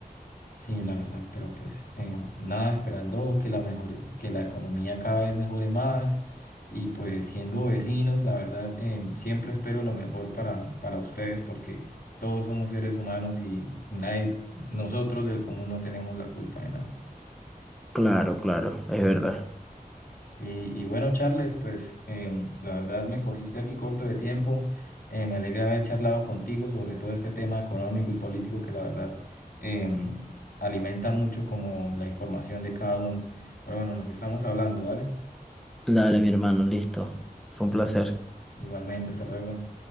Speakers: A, on the left; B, in the centre.
A: Sí, la verdad, pero pues eh, nada, esperando que la mejore, que la economía cada vez mejore más y pues siendo vecinos, la verdad, eh, siempre espero lo mejor para, para ustedes porque todos somos seres humanos y nadie, nosotros del común no tenemos la culpa de nada.
B: claro, claro, es verdad.
A: Sí, y bueno, Charles, pues em, la verdad me cogiste aquí corto de tiempo. Eh, me alegra haber charlado contigo sobre todo este tema económico y político que la verdad em, alimenta mucho como la información de cada uno. Pero bueno, nos estamos hablando, ¿vale?
B: Dale, mi hermano, listo. Fue un placer.
A: Igualmente, hasta luego.